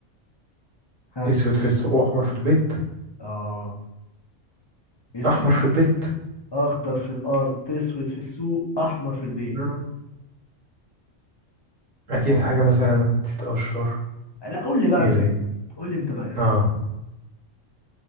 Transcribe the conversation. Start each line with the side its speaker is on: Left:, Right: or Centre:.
Left: ها
Right: اسود في السوق واحمر في البيت
Left: اه اسود
Right: احمر في البيت
Left: اخضر في الارض اسود في السوق احمر في البيت
Right: آه. اكيد
Left: ها
Right: حاجه مثلا تتقشر
Left: لا قول لي بقى
Right: حاجه
Left: انت
Right: زي
Left: قول لي انت بقى ايه
Right: اه